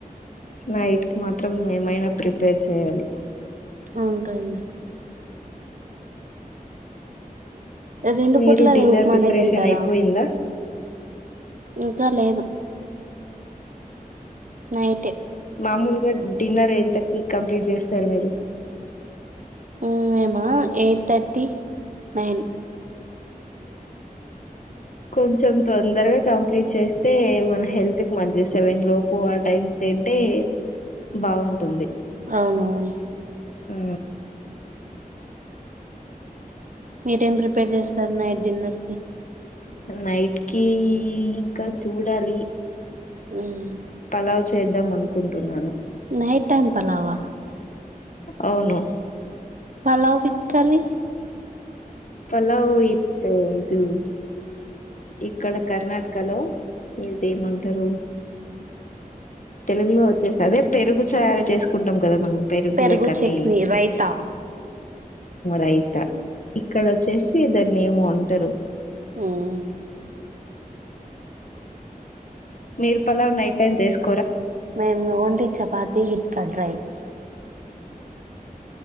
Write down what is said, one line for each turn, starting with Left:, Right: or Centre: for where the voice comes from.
Left: నైట్కి మాత్రం ఏమైనా ప్రిపేర్ చేయాలి
Right: ఉంటాయిడి రెండు
Left: మీరు
Right: పూట్ల
Left: డిన్నర్
Right: అద ఉప్మానే
Left: ప్రిపరేషన్
Right: తింటారా
Left: అయిపోయిందా
Right: ఇంకా లేదు నైట్
Left: మామూలుగా డిన్నర్ ఎంతకి కంప్లీట్ చేస్తారు మీరు
Right: మ్మ్ మేమా ఎయిట్ తర్టీ నైన్
Left: కొంచెం తొందరగా కంప్లీట్ చేస్తే మన హెల్త్ కి మంచి సేవన్ లోపు ఆ టైం తింటే బావుటుంది
Right: అవునువును
Left: ఆ
Right: మీరేం ప్రిపేర్ చేస్తారు నైట్ డిన్నర్ కి
Left: నైట్ కి ఇంకా చూడాలి
Right: మ్
Left: పలావ్ చేద్దాం అనుకుంటున్నాను
Right: నైట్ టైం పలావా
Left: అవును
Right: పలావ విత్కీ కర్రీ
Left: పలావ్ ఇతు ఇ ఇక్కడ కర్ణాటకలో ఇది ఏమంటారు తెలుగులో వచ్చేసి అదే పెరుగు చారు చేసుకుంటాం కదా మనం పెరుగులే
Right: పెరుగు
Left: కీ అనీ
Right: చట్నీ రైతా
Left: రైత ఇక్కడ వచ్చేసిద్దని ఏమో ఉంటారు
Right: మ్మ్
Left: మీిరు పల్లా్ నైట్ టైం చేసుకో
Right: మేమ్ only chapati with curd rice